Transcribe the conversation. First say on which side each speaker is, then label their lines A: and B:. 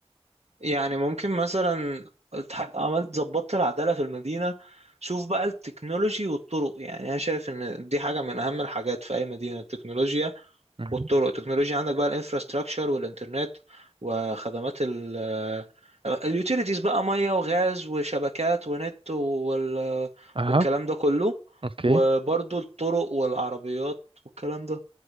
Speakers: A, on the right; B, on the right.
A: يعني ممكن مثلا اتح- عملت ظبطت العدالة في المدينة شوف بقى التكنولوجي والطرق يعني انا شايف ان دي حاجة من اهم الحاجات في اي مدينة التكنولوجيا
B: مهم.
A: والطرق التكنولوجيا عندك بقى الانفراستراكشر والانترنت وخدمات ال اليوتيليتيز بقى مية وغاز وشبكات ونت وال...
B: اها
A: والكلام ده كله
B: اوكي
A: وبرضو الطرق والعربيات والكلام ده